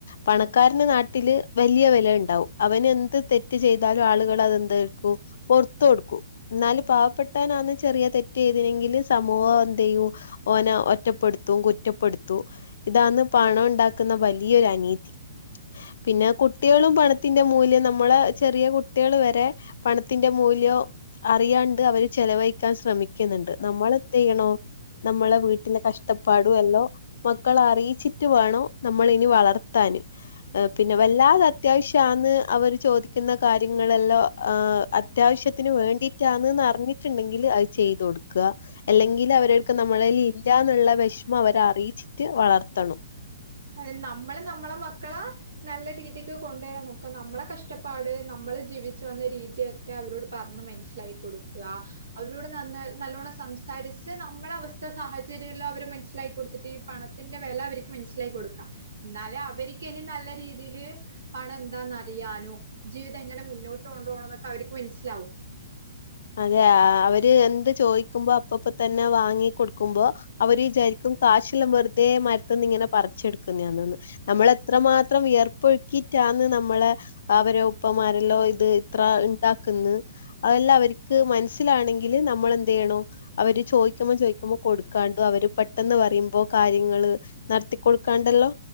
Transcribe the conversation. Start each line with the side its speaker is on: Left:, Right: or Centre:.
Left: പണക്കാരന് നാട്ടില് വല്ല്യ വെല ഉണ്ടാവും അവന് എന്ത് തെറ്റ് ചെയ്താലും ആളുകള് അതെന്തരിക്കും പൊർത്ത് കൊടുക്കും ന്നാല് പാവപ്പെട്ടവനാന്ന് ചെറിയ തെറ്റ് ചെയ്തിനെങ്കില് സമൂഹം എന്ത് ചെയ്യും ഓനെ ഒറ്റപ്പെടുത്തും കുറ്റപ്പെടുത്തും ഇതാണ് പണം ഉണ്ടാക്കുന്ന വലിയൊരു അനീതി പിന്നെ കുട്ടികളും പണത്തിന്റെ മൂല്യം ന നമ്മളെ ചെറിയ കുട്ടികള് വരെ പണത്തിന്റെ മൂല്യം അറിയാണ്ട് അവര് ചെലവഴിക്കാൻ ശ്രമിക്കുന്നുണ്ട് നമ്മള് എന്ത് ചെയ്യണോ നമ്മളെ വീട്ടിലെ കഷ്ടപ്പാടു എല്ലോ മക്കള അറിയിച്ചിട്ട് വേണം നമ്മള് ഇനി വളർത്താന് പിന്നെ വല്ലാതെ അത്യാവശ്യാന്ന് അവര് ചോദിക്കുന്ന കാര്യങ്ങളെല്ലോ ആ അത്യാവശ്യത്തിന് വേണ്ടിട്ടാന്ന് അറിഞ്ഞിട്ടുണ്ടെങ്കില് അത് ചെയ്ത് കൊടു ക്ക അല്ലെങ്കില് അവരർക്ക് നമ്മളേല് ഇല്ലാന്ന്ള്ള വേശ്മം അവരെ അറിയിച്ചിട്ട് വളർത്തണം
Right: അതെ നമ്മള് നമ്മള മക്കളെ നല്ല രീതിക്ക് കൊണ്ടുവരാൻ നോക്കാ നമ്മളെ കഷ്ടപ്പാട് നമ്മള് ജീവിച് വന്ന രീതിയൊ ക്കെ അവരോട് പർഞ്ഞ് മനസ്സിലായി കൊടുക്ക അവരോട് നന്ന നല്ലോണം സംസാരിച്ച് നമ്മളെ അവസ്ഥ സാഹചര്യം എല്ലാം അവര് മൻസ്സിലാക്കി കൊടുത്തി റ്റ് പണത്തിന്റെ വെല അവര്ക്ക് മൻസ്സിലായി കൊടുക്കാ ന്നാലെ അവര്ക്ക്നി നല്ല രീതിയില് പണം എന്താന്നറിയാനും ജീവിതം എങ്ങനെ മുന്നോട്ട് കൊണ്ടുപോണംന്നൊക്കെ അവര്ക്ക് മൻസ്സിലാവും
Left: അതെ അവര് എന്ത് ചോയിക്കുമ്പോ അപ്പപ്പ തന്നെ വാങ്ങി ക്കൊട്ക്കുമ്പോ അവര് വിചാരിക്കും കാശല്ലാം വെർതെ മര്ത്ത്ന്ന് ഇങ്ങനെ പർച്ചെടുക്കുന്നെന്ന് നമ്മള് എത്രമാത്രം വിയർപ്പൊഴുക്കിയിട്ടാന്ന് നമ്മളെ അവരോ ഉപ്പമാരെല്ലോ ഇത് ഇത്ര ണ്ടാക്ക്ന്ന് അതെല്ലാം അവര്. ക്ക് മൻസ്സിലാണെങ്കില് നമ്മളെന്തെയ്യണൊ. അവര് ചോയ്ക്കുമ്പോ ചോയ്ക്കുമ്പോ കൊടുക്കാണ്ട് അവര് പെട്ടെന്ന് പറയുമ്പൊ കാര്യങ്ങള്. നട്ത്തി കൊടുക്കാണ്ടല്ലോ